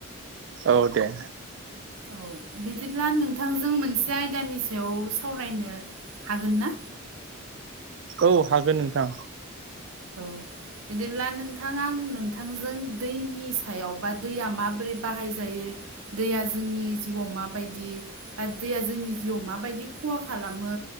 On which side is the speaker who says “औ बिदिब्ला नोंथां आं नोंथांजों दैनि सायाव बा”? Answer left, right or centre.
Right